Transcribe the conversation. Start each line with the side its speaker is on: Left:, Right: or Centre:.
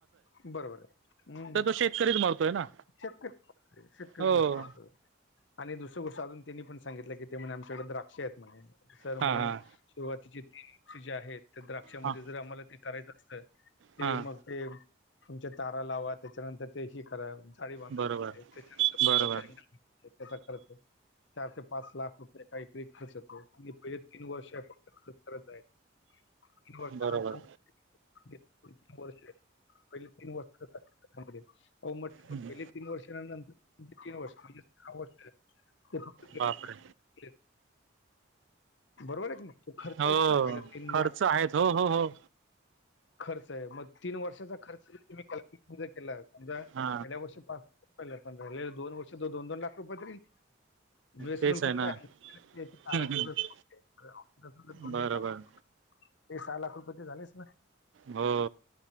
Left: बरोबर आहे. हम्म
Right: शेतकरीच मरतोय ना
Left: शेतकर शेतकरी
Right: हो
Left: महत्त्वच आणि दुसरी गोष्ट अजून त्यांनी पण सांगितलं की ते म्हणे आमच्याकडे द्राक्ष आहेत म्हणे सर
Right: हां
Left: म्हणेे
Right: हां
Left: सुरुवातीचे ती जे आहेत त्या द्राक्षामध्ये
Right: हां
Left: जर आम्हाला ते करायचं असतं ते
Right: हां
Left: मग ते तुमच्या तारा लावा त्याच्यानंतर ते हे करा साडी बांधावी
Right: बरोबर
Left: लागते त्याच्यानंतर तुम्हाला
Right: बरोबर
Left: त्याचा खर्च चार ते पाच लाख रुपये काही तरी खर्च येतो आणि पहिले तीन वर्ष आहे फक्त खर्च करत आहेत. तीन वर्षानंतर.
Right: बरोबर
Left: <unintelligible> पहिला तीन वर्ष. <unintelligible>
Right: हम्म.
Left: तीन वर्षा नंतर तीन वर्ष म्हणजे सहा वर्ष ते
Right: बापरे
Left: बरोबर आहे की नाय. तो खर्च
Right: हो
Left: येतो ना पहिला तीन
Right: खर्च
Left: लाख <inaudible>
Right: आहेत हो हो हो
Left: खर्च आहे मग तीन वर्षाचा खर्च तुम्ही कॅल्क्युलेशन जर केला समजा
Right: हा
Left: पहिल्या व र्षे पहिला आपण धरलेलं दोन वर्ष दोन दोन लाख रुपय तरी <unintelligible>
Right: तेच आहे ना हम्म, हम्म. बरोबर
Left: ते सहा लाख रुपये ते झालेच ना.
Right: हो.